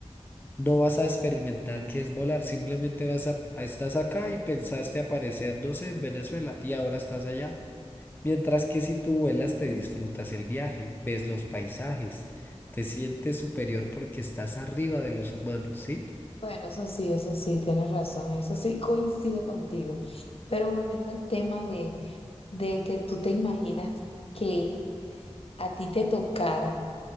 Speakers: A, on the left; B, on the left.
A: No vas a experimentar qué es volar, simplemente vas a, a- estás acá y pensaste aparecer, no sé, en Venezuela y ahora estás allá. Mientras que si tú vuelas, te disfrutas el viaje, ves los paisajes, te sientes superior porque estás arriba de los humanos, ¿sí?
B: Bueno, eso sí, eso sí, tienes razón, eso sí coincido contigo. Pero volviendo al tema de, de que tú te imaginas que a ti te tocara.